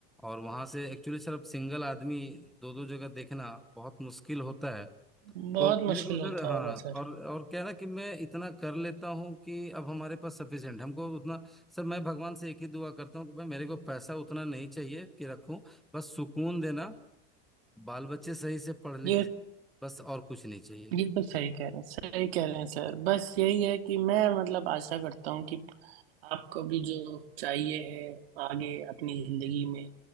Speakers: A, in the centre; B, on the right (about 80°).
A: और वहाँ से एक्चुअली सर अब सिंगल आदमी दो दो जगह देखना बहुत मुश्किल होता है
B: बहुत
A: तो मेरे
B: मुश्किल
A: को सर
B: होता
A: हाँ
B: होगा सर
A: और और क्या है ना कि मैं इतना कर लेता हूँ कि अब हमारे पास सफिशिएंट हमको उतना सर मैं भगवान से एक ही दुआ करता हूँ कि भाई मेरे को पैसा उतना नहीं चाहिए कि रखूं बस सुकून देना बाल बच्चे सही से पढ़ लिख
B: ये
A: जाए बस और कुछ नहीं चाहिए
B: ये तो सही कह रहे हैं सही कह रहे हैं सर बस यही है कि मैं मतलब आशा करता हूँ कि आपको भी जो चाहिए है आगे अपनी जिंदगी में